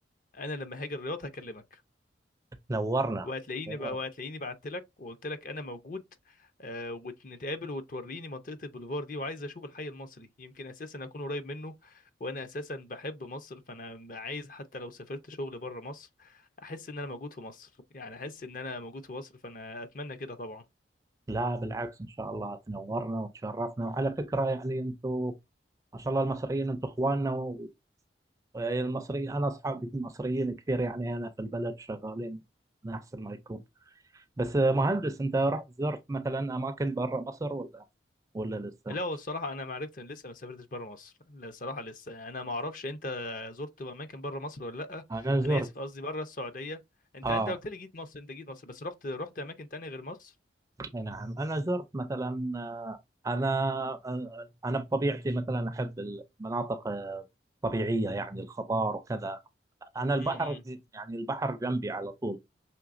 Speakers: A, on the left; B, on the right.
A: انا لما هاجي الرياض هكلمك
B: نورنا
A: وهتلاقيني
B: نورنا
A: بقى وهتلاقيني بعت لك وقلت لك انا موجود آه ونتقابل وتوريني منطقة البوليفار دي وعايز اشوف الحي المصري يمكن اساسا اكون قريب منه وانا اساسا بحب مصر فانا عايز حتى لو سافرت شغل بره مصر احس ان انا موجود في مصر يعني احس ان انا موجود في مصر فانا اتمنى كده طبعا
B: لا بالعكس ان شاء الله تنورنا وتشرفنا وعلى فكرة يعني انتم ما شاء الله المصريين انتم اخواننا و- والمصريين انا اصحابي مصريين كثير يعني هنا في البلد شغالين من احسن ما يكون بس مهندس انت رحت زرت مثلا اماكن برا مصر ولا ولا لسه
A: لا هو الصراحة أنا ما عرفت إن لسه ما سافرتش بره مصر لا الصراحة لسه أنا ما أعرفش أنت زرت أماكن بره مصر ولا لأ
B: انا زرت
A: أنا آسف قصدي بره السعودية أنت
B: اه
A: أنت قلت لي جيت مصر أنت جيت مصر بس رحت رحت أماكن تانية غير مصر
B: اي نعم انا زرت مثلا آه، انا آه، انا بطبيعتي مثلا احب المناطق آه، الطبيعيه يعني الخضار وكذا انا البحر
A: امم
B: يعني البحر جنبي على طول